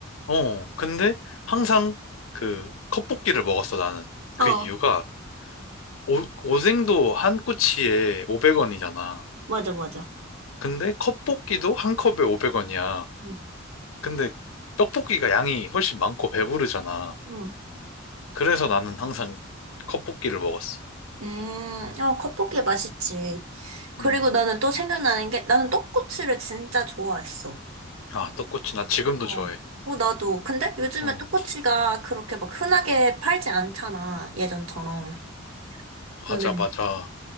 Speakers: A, on the left; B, on the right.
A: 어, 근데 항상 그 컵볶이를 먹었어, 나는. 그
B: 어,
A: 이유가 오, 오뎅도 한 꼬치에 500원이잖아.
B: 맞아, 맞아.
A: 근데 컵볶이도 한 컵에 500원이야.
B: 응.
A: 근데 떡볶이가 양이 훨씬 많고 배부르잖아.
B: 응.
A: 그래서 나는 항상 컵볶이를 먹었어.
B: 음, 어, 컵볶이 맛있지. 그리고
A: 음.
B: 나는 또 생각나는 게, 나는 떡꼬치를 진짜 좋아했어.
A: 아, 떡꼬치 난 지금도
B: 어.
A: 좋아해.
B: 어, 나도. 근데 요즘에
A: 어,
B: 떡꼬치가 그렇게 막 흔하게 팔지 않잖아, 예전처럼. 근데
A: 맞아, 맞아.